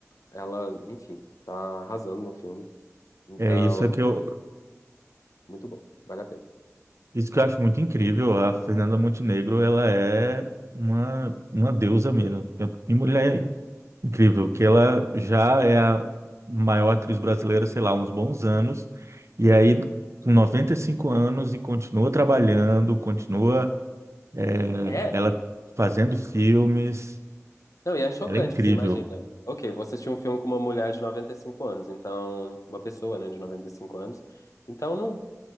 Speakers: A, on the left; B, on the right.
A: ela, enfim, tá arrasando no filme. Então,
B: É isso é que eu,
A: muito bom, vale a pena.
B: isso que eu acho muito incrível. A Fernanda Montenegro, ela é uma, uma deusa mesmo. E mulher incrível, que ela já é a maior atriz brasileira, sei lá, uns bons anos. E aí, com 95 anos, e continua trabalhando, continua, é,
A: É,
B: ela fazendo filmes.
A: Não, e é chocante
B: Ela é incrível.
A: que você imagina. Ok, você assistiu um filme com uma mulher de 95 anos, então, uma pessoa, né, de 95 anos, então não